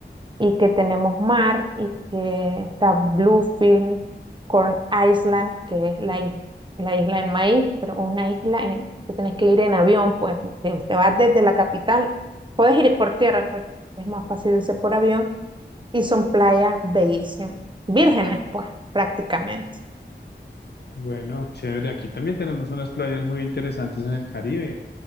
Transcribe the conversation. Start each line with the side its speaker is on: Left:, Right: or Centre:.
Right: y que tenemos mar y que está Bluefield, Corn Island, que es la, is- la isla del maíz, pero una isla en- que tenés que ir en avión, pues te, te vas desde la capital, puedes ir por tierra, pero es más fácil irse por avión y son playas bellísimas, vírgenes, pues prácticamente.
Left: Bueno, chévere. Aquí también tenemos unas playas muy interesantes en el Caribe.